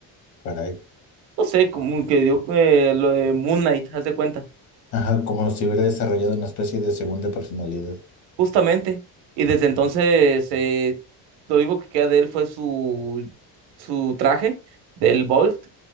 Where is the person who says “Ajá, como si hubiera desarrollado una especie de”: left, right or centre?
Left